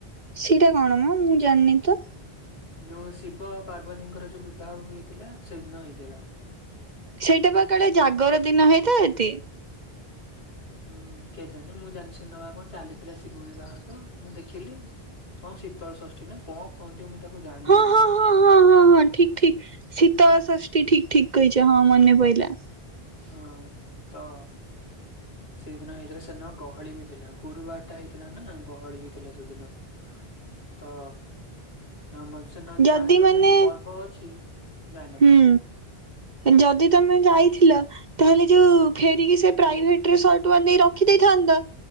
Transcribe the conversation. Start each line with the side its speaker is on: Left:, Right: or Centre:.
Right: ସେଇଟା କଣ ମ ମୁଁ ଜାଣିନି ତ।
Left: ଯୋଉ ଶିବ ଆଉ ପାର୍ବତୀଙ୍କର ଯୋଉ ବିବାହ ହେଇଥିଲା, ସେଦିନ ହେଇଥିଲା।
Right: ସେଇଟା ବା କାଳେ ଜାଗର ଦିନ ହେଇଥାଏ ଟି।
Left: ହୁଁ କେଜାଣୀ ମୁଁ ଜାଣିନି ସେଦିନ କଣ ଚାଲିଥିଲା ଶିବ ବିବାହ ତ, ମୁଁ ଦେଖିଲି। କଣ ଶୀତଳ ଷଷ୍ଠୀ ନା କଣ କହନ୍ତି ମୁଁ ତାକୁ ଜାଣିବି
Right: ହଁ,
Left: ନାହିଁ।
Right: ହଁ, ହଁ, ହଁ, ହଁ, ହଁ ଠିକ। ଠିକ। ଶୀତଳ ଷଷ୍ଠୀ ଠିକ, ଠିକ କହିଛ। ହଁ ମନେ ପଇଲା।
Left: ହଁ, ତ ସେଦିନ ହେଇଥିଲା ସେଦିନ ଗହଳି ବି ଥିଲା। ଗୁରୁବାରଟା ହେଇଥିଲା ନା, ଗହଳି ବି ଥିଲା ସେଦିନ। ତ ମଦ
Right: ଯଦି
Left: ଜାଣିଥାନ୍ତେ
Right: ମାନେ
Left: ପର୍ବ ଅଛି ଜାଇନଥାନ୍ତୁ
Right: ହୁଁ ଯଦି ତମେ ଯାଇଥିଲ ତାହେଲେ ଯୋଉ ଫେରିକି ସେ ପ୍ରାଇଭେଟରେ ସହେ ଟଙ୍କା ଦେଇ ରଖିଦେଇଥାନ୍ତା।